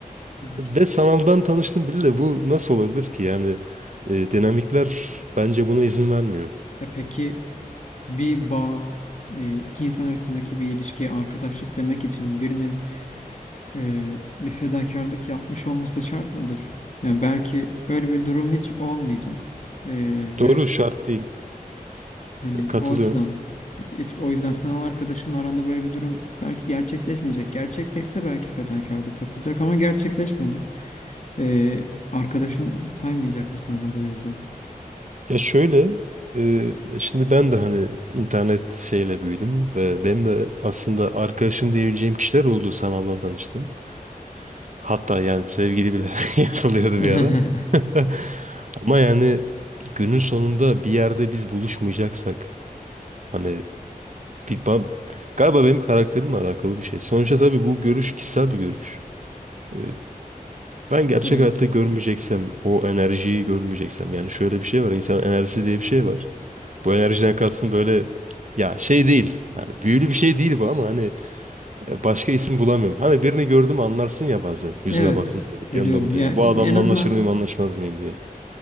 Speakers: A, on the left; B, on the right.
A: Tabii
B: Ve
A: ki.
B: sanaldan tanıştım biriyle bu nasıl olabilir ki? Yani e, dinamikler bence buna izin vermiyor.
A: Ya peki bir bağ, e, iki insan arasındaki bir ilişkiye arkadaşlık demek için birinin e, bir fedakarlık yapmış olması şart mıdır? Yani belki öyle bir durum hiç olmayacak. E,
B: Doğru
A: ve
B: şart değil.
A: Hani
B: E, Katılıyorum.
A: o açıdan is- o yüzden sen o arkadaşınla aranda böyle bir durum belki gerçekleşmeyecek. Gerçekleşse belki fedakarlık yapılacak ama gerçekleşmedi. Ee, arkadaşın saymayacak mısın onu bu yüzden?
B: Ya şöyle, e, ya şimdi ben de hani internet şeyle büyüdüm ve benim de aslında arkadaşım diyebileceğim kişiler oldu sanaldan tanıştım. Hatta yani sevgili bile <laughs> yapılıyordu
A: <laughs>
B: bir ara. <laughs> Ama yani günün sonunda bir yerde biz buluşmayacaksak hani bir ba- galiba benim karakterimle alakalı bir şey. Sonuçta tabii bu görüş kişisel bir görüş. E, Ben gerçek
A: Evet.
B: hayatta görmeyeceksem, o enerjiyi görmeyeceksem yani şöyle bir şey var. İnsan enerjisi diye bir şey var. Bu enerjiden kalsın böyle ya şey değil. Hani büyülü bir şey değil bu ama hani e, başka isim bulamıyorum. Hani birini gördüm anlarsın ya bazen yüzüne
A: Evet,
B: bakınca
A: biliyorum.
B: yanında mı
A: Ya
B: diye. Ya, bu adamla
A: en azından
B: anlaşır mıyım anlaşmaz mıyım diye.